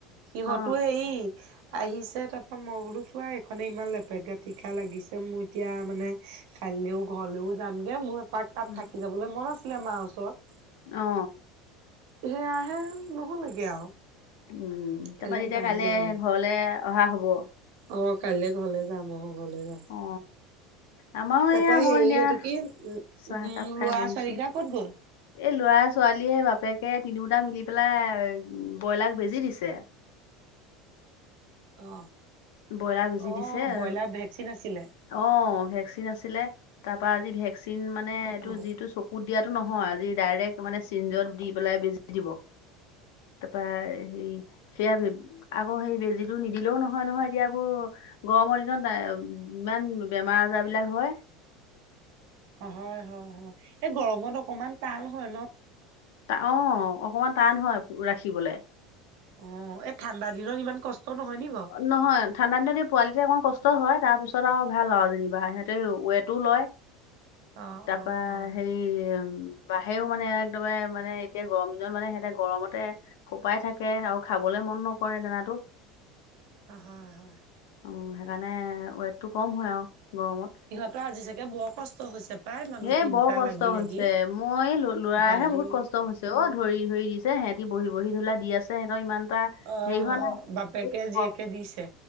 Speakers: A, on the right; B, on the left.
A: সিহঁতো
B: অ
A: হেৰি আহিছে তাৰপৰা মই বোলো চোৱা এইখনে ইমান লেপেট তীখা লাগিছে মই এতিয়া মানে কাইলৈও ঘৰলৈও যামগে মই তাৰ তাত
B: উম
A: থাকি যাবলৈ মন আছিলে মাৰ ওচৰত
B: অ
A: সেয়াহে নহ'লেগে আৰু
B: উম
A: কাইলৈ
B: তাৰপৰা তেতিয়া
A: যামগে
B: কাইলে
A: বোলো
B: ঘৰলে অহা হব
A: অ কাইলৈ ঘৰলৈ যাম অ ঘৰলৈ যাম
B: অ আমাৰো
A: তাৰপা
B: এয়া মই
A: হেৰি
B: এনেয়া
A: এইটো কি উ
B: চাহ
A: উম
B: একাপ খাই
A: ল'ৰা
B: বহিছো
A: ছোৱালী কেইটা
B: এই
A: ক'ত গ'ল
B: লৰা-ছোৱালীয়ে বাপেকে তিনিওটা মিলি পেলাই ব্ৰইলাৰ বেজি দিছে।
A: অ,
B: ব্ৰইলাৰ বেজি
A: অ
B: দিছে
A: ব্ৰইলাৰ ভেকচিন আছিলে।
B: অ ভেকচিন আছিলে, তাৰ পৰা আজি ভেকচিন মানে এইটো
A: অ
B: যিটো চকুত দিয়াত ইটো নহয় আজি ডাইৰেক্ট মানে চিৰিঞ্জত দি পেলাই বেজি দিব। তাৰপা হেৰি সেয়া আকৌ সেই বেজীটো নিদিলেও নহয়, নহয় এতিয়াবোৰ গৰমৰ দিনত ইমান বেমাৰ আজাৰ বিলাক হয়
A: হয় হয় হয় এই গৰমত অকণমান টান হয় ন,
B: তা অ অকণমান টান হয়, ৰাখিবলে
A: অ' এই ঠাণ্ডা দিনত ইমান কষ্ট নহয় নি বাও
B: নহয় ঠাণ্ডা দিনত এই পোৱালিতে অকমান কষ্ট হয়, তাৰ পিছত আৰু ভাল আৰু যেনিবা সিহঁতে ৱেটো লয়।
A: <inaudible>
B: তাৰপা
A: অ অ
B: সেই উম। বাহেও মানে একদমে মানে এতিয়া গৰম দিনত মানে সিহতে গৰমতে। ফোপাই থাকে আৰু খাবলৈ মন নকৰে দানাতো।
A: অ হয় হয়।
B: অ' সেইকাৰণে ৱেটটো কম হয় আও গৰমত।
A: তোৰ আজি চাগে বৰ কষ্ট হৈছে। পাই মানুহ
B: এ
A: তিনটা
B: বৰ কষ্ট
A: লাগি লাগি।
B: হৈছে মই ল লৰাৰহে
A: গালি
B: বহুত কষ্ট হৈ অ ধৰি ধৰি দিছে সিহঁতি বহি বহি ধুলা দি আছে সিহতৰ ইমান এটা
A: অ
B: হেৰি হোৱা নাই।
A: বাপেকে জীয়েকে
B: অ,
A: দিছে।